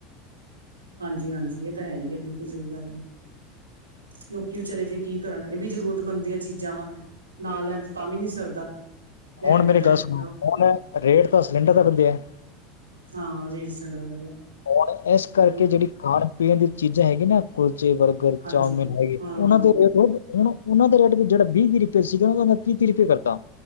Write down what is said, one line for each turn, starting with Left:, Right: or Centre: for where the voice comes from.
Right: ਹਾਂਜੀ- ਹਾਂਜੀ, ਇਹ ਤਾਂ ਹੈ ਹੀ ਆ, ਬਿਲਕੁਲ ਸਹੀ ਗੱਲ ਹੈ ਲੋਕੀ ਵਿਚਾਰੇ ਫਿਰ ਕੀ ਕਰਨ, ਇਹ ਵੀ ਜ਼ਰੂਰਤਮੰਦ ਦੀਆਂ ਚੀਜ਼ਾਂ ਵਾ, ਨਾ ਲੈਣ ਤਾਂ ਵੀ ਨਹੀਂ ਸਰਦਾ ਲੈਣੀਆਂ
Left: ਹੁਣ ਮੇਰੀ
Right: ਪੈਂਦੀਆਂ
Left: ਗੱਲ ਸੁਣੋ ਹੁਣ ਰੇਟ ਤਾਂ, ਸਿਲੰਡਰ ਦਾ ਵਧਿਆ ।
Right: <unintelligible> ਵਧੀਆ
Left: ਹੁਣ ਇਸ ਕਰਕੇ
Right: ਹੋਰ
Left: ਜਿਹੜੀ
Right: ਕੀ
Left: ਖਾਣ -ਪੀਣ ਦੀ ਚੀਜ਼ਾਂ ਹੈਗੀ ਨਾ ਕੁ ਕੱਚੇ ਬਰਗਰ
Right: ਹਾਂਜੀ
Left: ਚਾਮਿਨ ਹੈਗੇ,
Right: ਹਾਂ
Left: ਉਹਨਾਂ ਦੇ ਰੇਟ ਹੁਣ ਉਹਨਾਂ ਦੇ ਰੇਟ ਵੀ ਜਿਹੜਾ ਵੀਹ- ਵੀਹ ਰੁਪਏ ਸੀਗਾ ਉਹਨਾਂ ਦਾ ਤੀਹ-ਤੀਹ ਰੁਪਏ ਕਰਤਾ